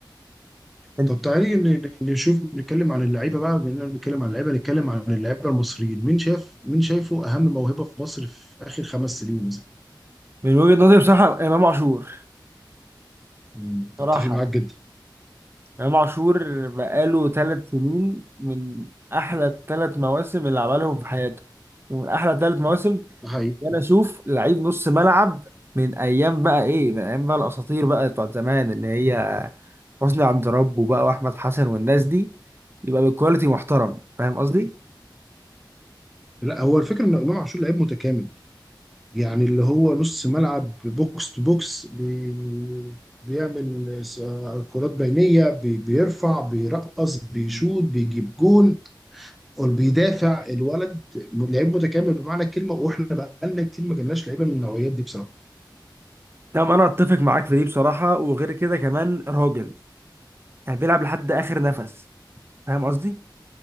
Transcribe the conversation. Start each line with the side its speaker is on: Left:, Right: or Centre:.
Right: انت-
Centre: طب تعالي ن- نشوف نتكلم عن اللعيبه بقى بما اننا بنتكلم عن اللعيبه نتكلم عن اللعيبه المصريين مين شاف مين شايفه اهم موهبه في مصر في اخر خمس سنين مثلا
Right: من وجهة نظري بصراحة امام عاشور
Centre: مم،
Right: صراحة
Centre: اتفق معاك جدا
Right: امام عاشور بقاله ثلاث سنين من احلى الثلاث مواسم اللي عملهم في حياته ومن احلى ثلاث مواسم
Centre: ده حقيقي
Right: ده انا اشوف لعيب نص ملعب من ايام بقى ايه من ايام بقى الاساطير بقى بتوع زمان اللي هي حسني عبد ربه بقى واحمد حسن والناس دي يبقى بالكواليتي محترم فاهم قصدي؟
Centre: لا هو الفكره ان امام عاشور لعيب متكامل يعني اللي هو نص ملعب بوكس تو بوكس بي- بيعمل س- كرات بينيه بي- بيرفع بيرقص بيشوط بيجيب جون وبيدافع الولد لعيب متكامل بمعنى الكلمه واحنا بقالنا كتير ما جالناش لعيبه من النوعيات دي بصراحه
Right: نعم انا اتفق معاك في دي بصراحه وغير كده كمان راجل يعني بيلعب لحد اخر نفس فاهم قصدي؟